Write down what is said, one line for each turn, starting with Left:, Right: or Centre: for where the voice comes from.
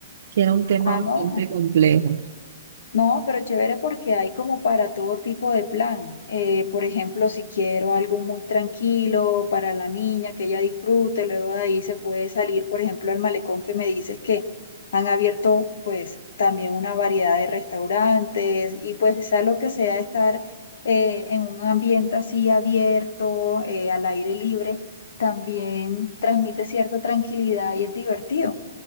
Right: que era un tema
Left: Ah,
Right: bastante
Left: no.
Right: complejo.
Left: No, pero chévere porque hay como para todo tipo de plan. Eh, por ejemplo, si quiero algo muy tranquilo para la niña, que ella disfrute, luego de ahí se puede salir, por ejemplo, al malecón que me dices que han abierto pues también una variedad de restaurantes y pues sea lo que sea estar eh, en un ambiente así abierto, eh, al aire libre, también transmite cierta tranquilidad y es divertido.